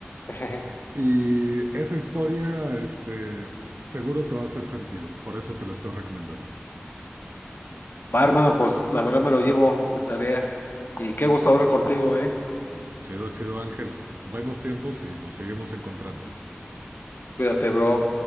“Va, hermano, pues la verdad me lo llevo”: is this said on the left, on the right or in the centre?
Left